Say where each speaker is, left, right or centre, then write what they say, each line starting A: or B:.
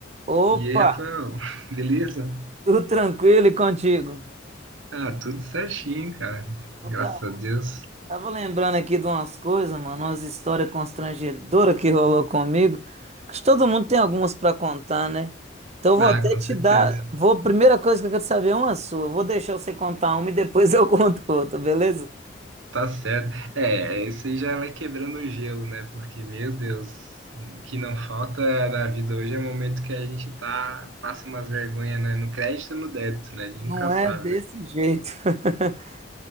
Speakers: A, on the right; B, on the right.
A: Opa,
B: E aí, Rafael, <laughs> beleza?
A: tudo tranquilo e contigo?
B: Ah, tudo certinho, cara.
A: Então
B: Graças
A: tá, bom.
B: a Deus.
A: tava lembrando aqui de umas coisas, mano, umas histórias constrangedoras que rolou comigo. Acho que todo mundo tem algumas pra contar, né? Então eu vou
B: Ah,
A: até
B: com
A: te
B: certeza.
A: dar, vou, primeira coisa que eu quero saber é uma sua. Vou deixar você contar uma e depois eu <laughs> conto outra, beleza?
B: Tá certo. É, isso aí já vai quebrando o gelo, né? Porque, meu Deus, o que não falta na vida hoje é o momento que a gente tá, passa umas vergonhas, né? No crédito ou no débito, né? A gente
A: Não
B: nunca
A: é
B: sabe,
A: desse
B: né?
A: jeito. <laughs>